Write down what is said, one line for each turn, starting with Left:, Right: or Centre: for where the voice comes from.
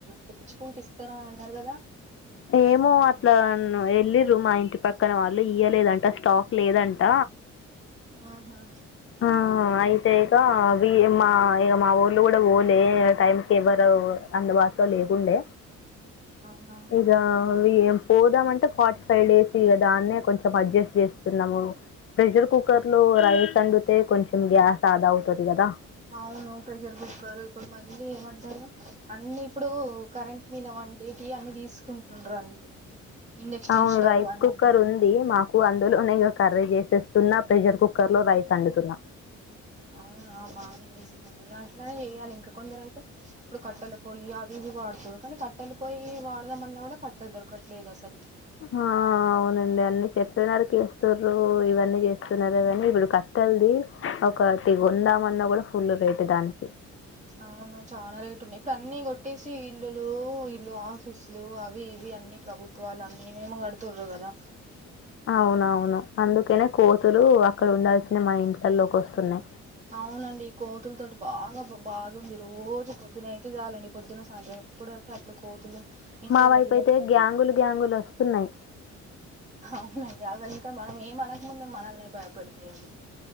Right: తెచ్చుకుంటె ఇస్ ఇస్త అన్నరు కదా
Left: ఏమో అట్ల ఎల్లిర్రు మా ఇంటి పక్కన వాళ్ళు ఇయలేదంట స్టాక్ లేదంట
Right: ఆహా
Left: ఆ అయితే ఇగ అవి మా ఇగ మా వోళ్ళు గుడ వోలే టైం కి ఎవరు అందుబాటులో లేకుండే,
Right: అవునా
Left: ఇగ వి పోదామంటే ఫార్టీ డేసి కదా ఆన్నే కొంచం అడ్జస్ట్ చేస్తున్నము ప్రెషర్ కుక్కర్ లో రైస్ అండు కొంచం గ్యాస్ అదా అవుతది గదా
Right: అవును ప్రెషర్ కుక్కర్ ఇప్పుడు మళ్ళీ ఏమంటరు అన్ని ఇప్పుడు కరెంట్ మీద వంటే టీ అన్ని తీసుకుంటుండ్రు అన్ని ఇండక్షన్
Left: అవును
Right: స్టవ్
Left: రైస్
Right: అని
Left: కుక్కర్ ఉంది మాకు వు అందులోనే ఇగ కర్రీ చేసేస్తున్నా, ప్రెషర్ కుక్కర్ లో రైస్ అండుతున్న.
Right: అవునా బానే చేస్తుండ్రు, ఇగ అట్లనే చేయాలే ఇంక కొందరు అయితే ఇప్పుడు కట్టెల పోయి అవి ఇవి వాడుతున్నరూ, కనీ కట్టెల పొయ్యి వాడదమన్నా గుడ కట్టేలు దొరకట్లేదు అసలు.
Left: ఆ అవునండి అన్ని చెట్లు నరికేస్తురు, ఇవన్నీ చేస్తున్నరు గని ఇప్పుడు కట్ టెల్ది ఒకటి గొందామన్నా కూడా ఫుల్లు రేట్ దానికి
Right: అవును చాలా రేట్ ఉన్నయి, ఇప్పుడు అన్ని కొట్టేసి ఇల్లులు, ఇల్లు ఆఫీసులు అవి ఇవి అన్ని ప్రభుత్వాలు అన్నీ ఏమేమో కడుతుర్రు కదా.
Left: అవునవును అందుకనే కోతులు అక్కడ ఉండాల్సిన మన ఇంట్లల్లోకి వస్తున్నాయి.
Right: అవునండి కోతుల తోటి బాగా బా బాదుంది రోజు పొద్దున అయితే చాలండి పొద్దున సాయంత్రం. ఇప్పుడ్దాకా అప్పుడు కోతులు. ఇంట్లలా
Left: మా వైపు
Right: కూడా
Left: అయితే
Right: వస్తున్నాయి
Left: గ్యాంగులు గ్యాంగులు వస్తున్నాయి.
Right: అవునండి అవి ఇంకా మనం ఏ మనక ముందే మనల్నే భయపెడుతున్నాయి అవి.